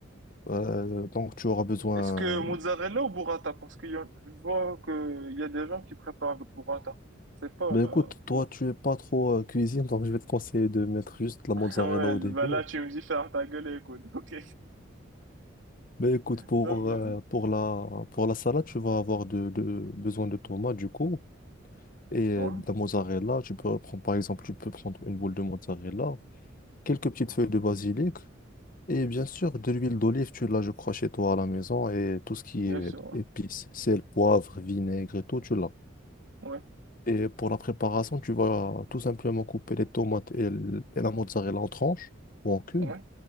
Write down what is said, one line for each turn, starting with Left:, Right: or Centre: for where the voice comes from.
Left: Euh, donc tu auras besoin.
Right: Est-ce que mozzarella ou burrata? Parce que je vois qu'il y a des gens qui préparent avec burrata. C'est pas
Left: Ben
Right: là,
Left: écoute,
Right: tu
Left: toi,
Right: vois.
Left: tu
Right: <laughs>
Left: es pas trop euh, cuisine, donc je vais te conseiller de mettre juste de la
Right: Ouais,
Left: mozzarella au
Right: ben
Left: début.
Right: là, tu me dis faire ta gueule et écoute. <laughs> Ok.
Left: Ben écoute, pour,
Right: Donc, vas-y.
Left: euh, pour la, pour la salade, tu vas avoir de, de- besoin de tomates, du coup, et euh,
Right: Ouais,
Left: de la mozzarella. Tu peux prendre, par exemple, tu peux prendre une boule de mozzarella, quelques petites feuilles de basilic, et bien sûr, de l'huile d'olive, tu l'as, je crois, chez toi à la maison, et tout ce qui
Right: bien
Left: est
Right: sûr.
Left: épices, sel, poivre, vinaigre et tout, tu l'as.
Right: Ouais,
Left: Et pour la préparation, tu vas tout simplement couper les tomates et, l- et la mozzarella en tranches ou en cubes.
Right: ouais. ouais.